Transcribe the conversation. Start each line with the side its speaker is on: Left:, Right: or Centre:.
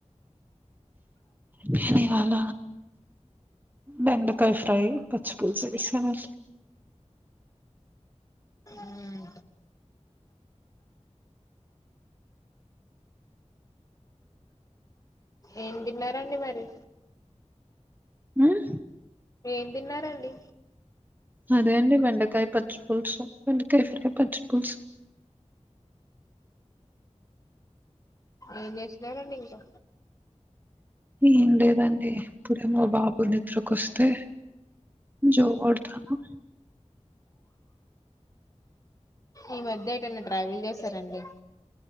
Right: నేను ఇవ్వాళ బెండకాయ ఫ్రై పచ్చి పులుసు చేసాను
Left: మ్మ్. ఏం తిన్నారండి మరి
Right: ఉమ్,
Left: ఏం తిన్నారండి
Right: అదే అండి బెండకాయ పచ్చిపుల్సు బెండకాయ ఫ్రై పచ్చపుల్సు
Left: ఏం చేసు లేదండి ఇంకా
Right: ఏం లేదండి ఇప్పుడేమో బాబు నిద్రకోస్తే జో కొడతానా
Left: ఈ మధ్య ఎటనా ట్రావెల్ చేశారండి